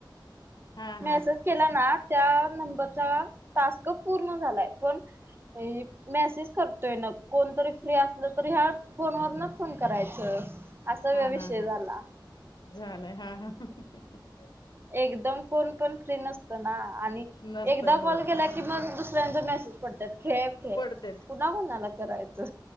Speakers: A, on the left; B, on the right.
A: ह.... हा
B: मॅसेज
A: हा
B: केलाना त्या नंबरचा टास्क पूर्ण झालाय पण.. ऐक मॅसेज करतोय ना कोणतरी फ्री असलं तर ह्या फोनवरणच फोन करायचं असा
A: हा
B: विषय
A: हां हा
B: झाला
A: झालाय हा हा हं हं हं
B: एकदम कोण पण फ्री नसतं ना आणि
A: नसतय
B: एकदा
A: होय
B: कॉल केला की मग दुसऱ्यांचच मॅसेज पाडत्यात फ्री हाय फ्री
A: पडतेत
B: हाय कुणा कोणाला करायचं